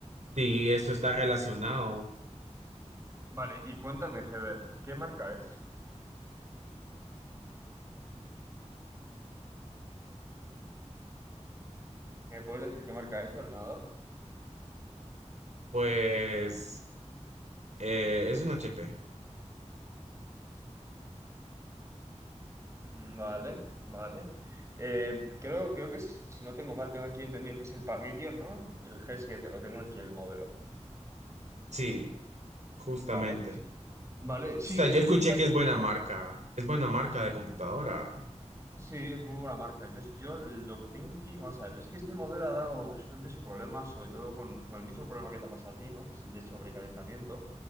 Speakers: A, on the right; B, on the right.
A: si esto está relacionado,
B: Vale, y cuéntame, Heber, ¿qué marca es? ¿Me puedes decir qué marca es de ordenador?
A: pues eh, es un HP,
B: Vale, vale. Eh, creo, creo que es- si no tengo mal, tengo aquí entendido que es el Pavilion, ¿no? El g siete. lo tengo aquí el modelo.
A: sí, justamente.
B: Vale. Vale, sí,
A: O sea,
B: es
A: yo escuché
B: un fallo
A: que es
B: bastante.
A: buena marca, es buena marca de computadora.
B: Sí, es muy buena marca. Yo, yo lo que tengo aquí, vamos a ver, es que este modelo ha dado bastantes problemas, sobre todo con, con el mismo problema que te pasa a ti, ¿no? Que es el de sobrecalentamiento.